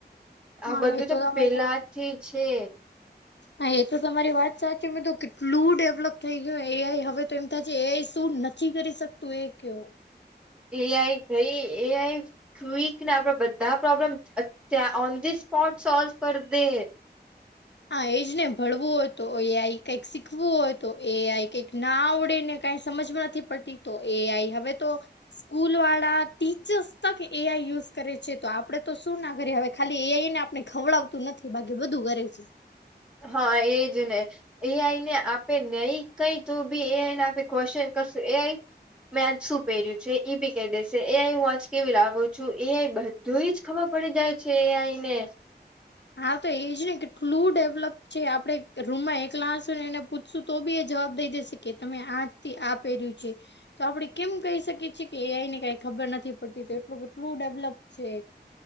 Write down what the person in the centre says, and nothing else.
આ
બધું
તો
પેલાથી છે.
એઆઈ ભાઈ એઆઈ ક્વિક ને આપડા બધા પ્રોબ્લેમ અત ઓન ધી સ્પોટ સોલ્વ કરી દે
હા એજ ને એ આઈ ને આપે નહી કઈ તું બી એઆઈને આપે ક્વચન કરશું એઆઈ મેંચ શું પહેર્યું છે એ બી કહી દેશે એ આઈ હું વોચ કેવી લાવું છું એ આઈ બધું જ ખબર પડી જાય છે એ આઈને